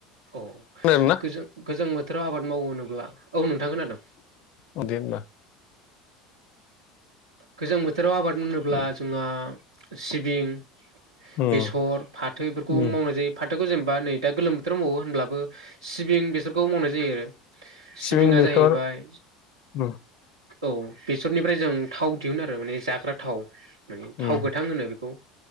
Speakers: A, on the right; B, on the left.
A: औ
B: खोनादोंना
A: गोजां गोजां बोथोराव आबाद मावो होनोब्ला औ नोंथां खोनादों
B: अ दे होनबा
A: गोजां बोथोराव आबाद होनोब्ला जोंहा सिबिं
B: उम
A: बेसर फाथो एफोरखौबो
B: उम
A: मावनाय जायो फाथो खौ जेनेबा नै दा गोलोम बोथोराव मावो होनब्लाबो सिबिं बेसरखौबो मावनाय जायो आरो
B: सिबिं
A: सिबिङा
B: बेसर
A: जाहैबाय
B: उम
A: औ बेसरनिफ्राय जों थाव दिहुननो आरो माने जाग्रा थाव माने थाव
B: उम
A: गोथां होनो बेखौ